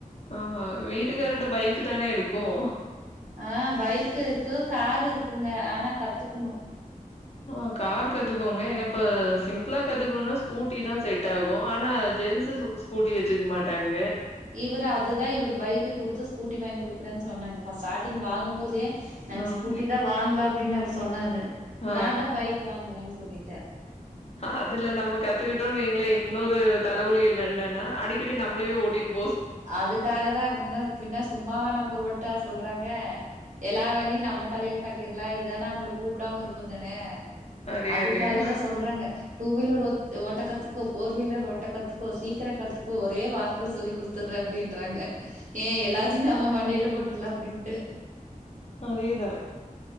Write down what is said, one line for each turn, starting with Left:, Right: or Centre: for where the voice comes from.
Left: ஆஹா. வீட்டுக்காரர்ட்ட
Right: இல்ல
Left: பைக் தானே இருக்கும்.
Right: ஆ பைக் இருக்கு காரு இருக் குங்க ஆனா கத்துக்கணு
Left: ஆ கார் கத்துக்கோங்க ஏன இப்ப சிம்பிளா கத்துக்கணுனா ஸ்கூட்டி தா செட் ஆகு ஆனா ஜென்ஸ் ஸு ஸ்கூட்டி வச்சுக்க மாட்டாங்க
Right: இவரு அதுதா இவரு பைக்கு குடுத்து ஸ்கூட்டி வாங்கி குடுக்குறேன்னுச் சொன்னாங்க பா ஸ்டார்டிங் வாங்கம்போதே நாங்க
Left: ம்.
Right: ஸ்கூட்டி தா வாங்கலா அப்டின்னு அவர் சொன்னாரு
Left: ஆ
Right: நா தா பைக் வாங்குங்கன் சொல்லிட்டே
Left: அதுல நம்ம கத்துக்கிட்டோனு வைங்களே இன்னொரு தலவலிகள் என்னன்னா அடிக்கடி நம்மளவே ஓட்டிட்டுப்
Right: அதுக்காக தா பின்ன பின்ன சும்மாவா நம்மள ஓட் ட சொல்றாங்க எல்லா வேலையு நம்ம தலையில கட்டிடலா இதானே அவங்கள கூப்டாம இருக்கூதானே
Left: அதே
Right: அதுக்காக
Left: அதேதான்.
Right: தா சொல்றாங்க டூ வீலர் ஓத் ஓட்டக்கத்துக் கோ ஃபோர் வீலர் ஓட்டக்கத்துக்கோ சீக்கிர கத்துக்கோ ஒரே வாரத்துல சொல்லி கொடுத் துற்ற அப்டின்றாங்க ஏ எல்லாத்தையு நாம மண்டையில போட்டுரலா அப்டின்ட்டு
Left: அதேதா